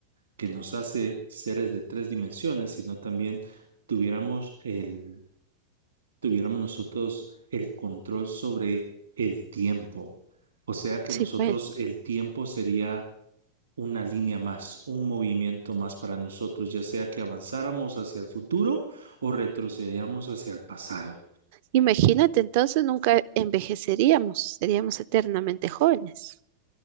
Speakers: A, on the right; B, on the right.
A: que nos hace seres de tres dimensiones, sino también tuviéramos el tuviéramos nosotros el control sobre el tiempo. O sea que
B: Sí,
A: nosotros
B: pues.
A: el tiempo sería una línea más, un movimiento más para nosotros, ya sea que avanzáramos hacia el futuro o retrocediéramos hacia el pasado.
B: Imagínate, entonces nunca envejeceríamos, seríamos eternamente jóvenes.